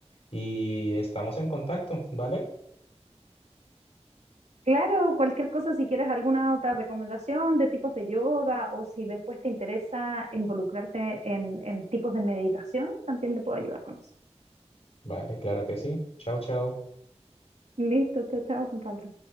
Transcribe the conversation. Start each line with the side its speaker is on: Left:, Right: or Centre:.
Left: y estamos en contacto, ¿vale?
Right: Claro, cualquier cosa, si quieres alguna otra recomendación de tipos de yoga o si después te interesa involucrarte en, en tipos de meditación, también te puedo ayudar con eso.
Left: Vale, claro que sí. Chao, chao.
Right: Listo, chao, chao, Juan Pablo.